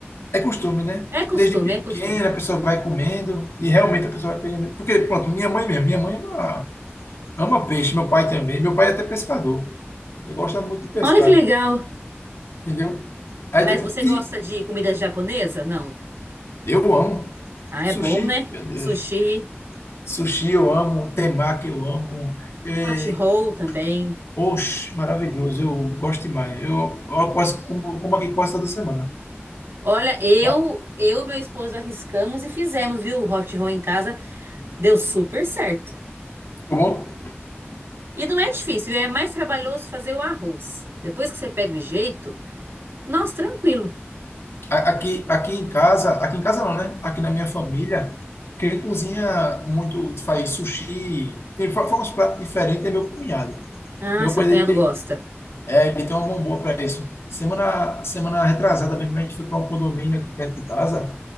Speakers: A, on the left; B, on the right.
A: é costume, né?
B: É costume,
A: Desde pequena
B: é costume.
A: a pessoa vai comendo e realmente a pessoa vai pegando. Porque, pronto, minha mãe mesmo, minha mãe é uma Ama peixe, meu pai também. Meu pai é até pescador. Ele gosta muito de pescar,
B: Olha que legal.
A: entendeu? Aí
B: Mas
A: tipo,
B: você
A: e
B: gosta de comida japonesa? Não.
A: eu amo
B: Ah,
A: sushi,
B: é bom, né?
A: meu Deus.
B: Sushi,
A: Sushi eu amo, temaki eu amo. É,
B: hot roll também.
A: oxe, maravilhoso, eu gosto demais. Eu, eu quase como, como aqui quase toda semana.
B: Olha, eu,
A: Tá?
B: eu e meu esposo arriscamos e fizemos, viu? O hot roll em casa deu super certo.
A: Ficou bom?
B: E não é difícil, é mais trabalhoso fazer o arroz. Depois que você pega o jeito, nossa, tranquilo.
A: A- Aqui, aqui em casa, aqui em casa não, né? Aqui na minha família, quem cozinha muito faz sushi, tem fa- faz uns pratos diferentes é meu cunhado.
B: Ah,
A: Meu
B: seu
A: cunhado,
B: cunhado
A: ele tem-
B: gosta.
A: É, ele tem uma mão boa para isso. Semana, semana retrasada mesmo, a gente foi para um condomínio aqui perto de casa,